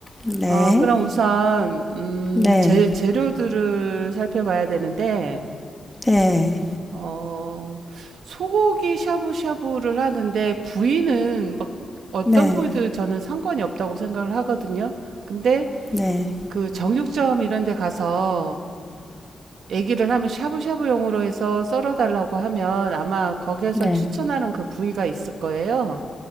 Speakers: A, in the centre; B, on the right (about 80°).
A: 네.
B: 어, 그럼 우선, 음,
A: 네.
B: 재, 재료들을 살펴봐야 되는데,
A: 네. 네.
B: 어, 소고기 샤브샤브를 하는데, 부위는 막 어떤
A: 네.
B: 부위도 저는 상관이 없다고 생각을 하거든요. 근데,
A: 네.
B: 그 정육점 이런 데 가서 얘기를 하면 샤브샤브용으로 해서 썰어달라고 하면 아마 거기에서
A: 네.
B: 추천하는 그 부위가 있을 거예요.